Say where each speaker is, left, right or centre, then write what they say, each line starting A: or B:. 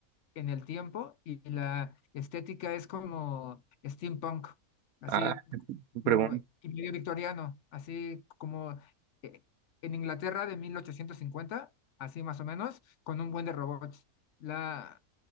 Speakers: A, on the left; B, on the right.
A: en el tiempo y la estética es como steampunk, así
B: Ah, qué pregunta.
A: como y medio victoriano, así como eh, en Inglaterra de 1850, así más o menos, con un buen de robots. La